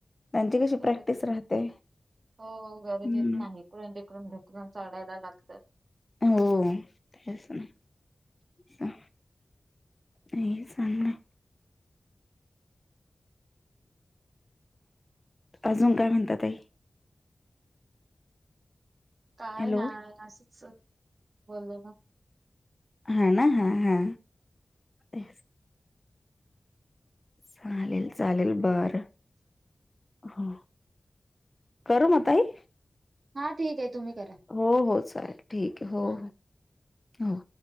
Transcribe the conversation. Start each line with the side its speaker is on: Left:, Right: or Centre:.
Left: त्यांची कशी
Right: गर्दीत
Left: प्रॅक्टिस राहते.
Right: हो गरजेत
Left: हम्म
Right: नाही इकडून तिकडून ढकलून चचाढायला लागतं.
Left: हो तेच ना. नाही ना अजून काय म्हणतातई
Right: काय
Left: हॅलो
Right: नाही असशीच बोलले ब
Left: हा ना हा हा ते चालेल चालेल बरं हो करू म ताई
Right: हा ठीक आहे तुम्ही करा
Left: हो हो चालेल ठीक आहे हो
Right: हा.
Left: हो हो